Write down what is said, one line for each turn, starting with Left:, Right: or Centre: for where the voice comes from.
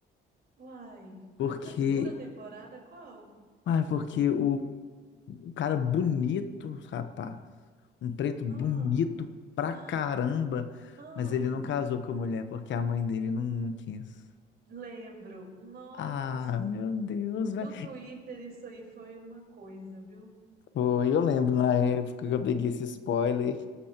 Right: Uai,
Left: Porque,
Right: da segunda temporada qual?
Left: ah, porque o, o cara bonito, rapaz, um preto
Right: Ah,
Left: bonito pra
Right: ah,
Left: caramba,
Right: ah,
Left: mas ele não casou com a mulher porque a mãe dele não, não quis.
Right: lembro. Nossa,
Left: Ah,
Right: isso
Left: meu Deus, velho.
Right: no Twitter isso aí foi uma coisa, viu?
Left: Foi, eu lembro na época que eu peguei esse spoiler.